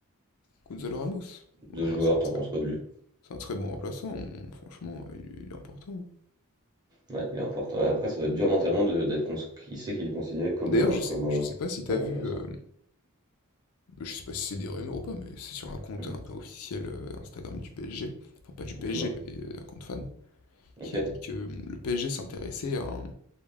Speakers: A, on the left (about 70°); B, on the right (about 20°).
A: Gonzalo Ramos. Bon,
B: de ce
A: ouais,
B: joueur,
A: c'est un
B: t'en
A: très,
B: penses quoi de lui?
A: c'est un très bon remplaçant, on- franchement, euh, il, il est important.
B: Ouais, il est important. Après, ça doit être dur mentalement de- d'être cons- il sait qu'il est considéré comme
A: D'ailleurs,
B: euh,
A: je sais,
B: comme euh,
A: je sais pas si t'as
B: comme
A: vu,
B: remplaçant.
A: euh, je sais pas si c'est des rumeurs ou pas, mais c'est sur un compte
B: Mm.
A: hein, un peu officiel euh, Instagram du PSG, enfin pas du
B: Dis-moi.
A: PSG, mais euh, un compte fan,
B: Ok.
A: qui a dit que euh, le PSG s'intéressait à un,